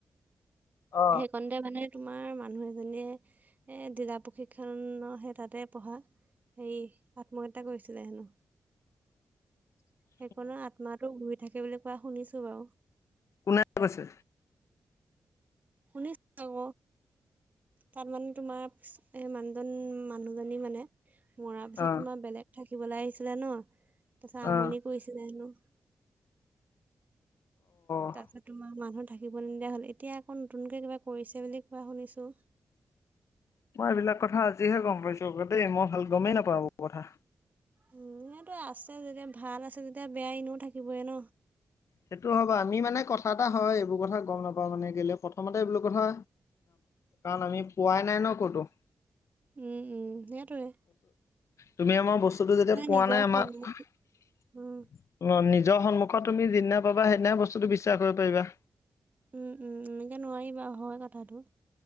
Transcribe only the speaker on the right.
সেই কন তাতে মানে তোমাৰ মানুহ এজনীয়ে, এ জিলা প্ৰশিক্ষণ হে তাতে পঢ়া হেয়ী, আত্মহত্যা কৰিছিলে হেনু।
সেইকনৰ আত্মাটো ঘূই থাকে বুলি কোৱা শুনিছো বাউ।
শুনিছ আক। তাত মানে তোমাৰ এ মানুজন মানুহজনী মানে- মৰা পিছত
তোমাৰ বেলেগ থাকিবলে আহিছিলে ন, তাছত আমনি
কৰিছিলে হেনো।
তাছত তোমাৰ মানুহ থাকিব নিদিয়া হল, এতিয়া আকৌ নতুনকে কিবা কৰিছে বুলি কোৱা শুনিছোঁ।
উ' সেইটোৱে আছে যেতিয়া ভাল আছে যেতিয়া বেয়া এনুও থাকিবই ন!
উম উম, সেটোয়ে।
নিজৰ
সন্মুখ
উম
উম' উম' এনেকে নোৱাৰি বাউ, হয় কথাটো।